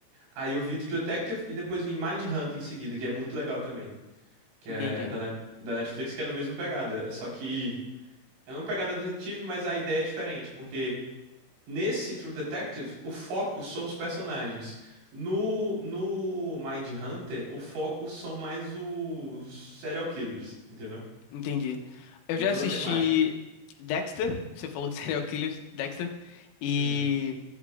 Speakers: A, on the right (about 65°); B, on the left (about 85°).
A: Aí eu vi True Detective e depois vim Mindhunter em seguida, que é muito legal também, que é
B: Entendi,
A: da, Net- da Netflix, que é na mesma pegada, é só que é uma pegada detetive, mas a ideia é diferente, porque nesse True Detective, o foco são os personagens. No, no Mindhunter, o foco são mais os serial killers, entendeu?
B: entendi. Eu
A: E
B: já
A: toda
B: assisti
A: a temática.
B: Dexter, você falou de <laughs> serial killer, Dexter, e
A: Uhum.